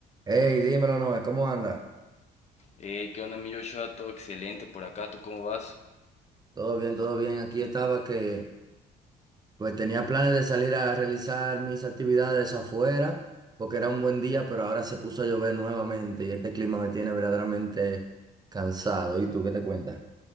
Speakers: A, on the right; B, on the left.
A: Hey, dímelo, Noé, ¿cómo anda?
B: Hey, ¿qué onda, mi Joshua? Todo excelente por acá, ¿tú cómo vas?
A: Todo bien, todo bien. Aquí estaba que pues tenía planes de salir a realizar mis actividades afuera porque era un buen día, pero ahora se puso a llover nuevamente y este clima me tiene verdaderamente cansado. ¿Y tú qué te cuentas?